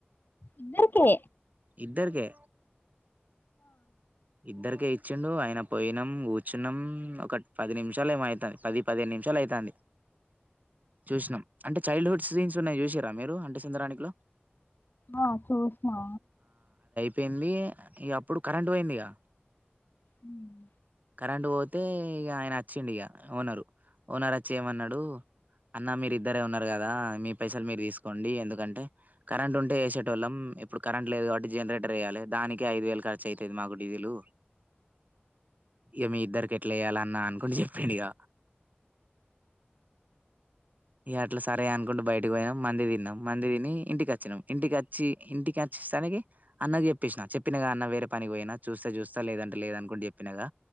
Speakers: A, on the left; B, on the right.
A: ఇద్దరికే
B: ఇద్దరికె ఇద్దరికే ఇచ్చిండు ఆయన పోయినాం కూర్చున్నాం ఒక పది నిమిషాలు ఏమో అయితంది పది పదిహేను నిమిషాలు అయితంది చూసినాం అంటే చైల్డ్హుడ్ స్రీన్స్ ఉన్నాయి చూసీరా మీరు అంటే సుందరానికిలో
A: ఆ చూస్నా
B: పోయింది ఇగ అప్పుడు కరెంట్ పోయింది ఇగ
A: ఉమ్మ్
B: కరెంటు పోతే ఇగ ఆయన వచ్చిండు ఇగ ఓనరు ఓనర్ వచ్చి ఏమన్నాడు అన్న మీరు ఇద్దరే ఉన్నారు కదా మీ పైసలు మీరు తీసుకోండి ఎందుకంటే కరెంటు ఉంటే ఎసేటోళ్ళం ఇప్పుడు కరెంట్ లేదు కాబట్టి జనరేటర్ ఎయాలే దానికె ఐదు వేలు ఖర్చు అయితది మాకు డీజిలు ఇగ మీ ఇద్దరికి ఎట్లా ఎయ్యాల అన్న అనుకుంటూ చెప్పిండు ఇగ ఇగ అట్లా సరే అనుకుంటు బయటకి పోయినం మంది తిన్నాం మంది తిని ఇంటికి అచ్చినాం ఇంటికచ్చి ఇంటికి అచ్చేసానికి అన్నకి చెప్పేసినా చెప్పినాగా అన్న వేరే పనికి పోయినా చూస్తే చూస్తా లేదంటే లేద్ అనుకుంట చెప్పినాగా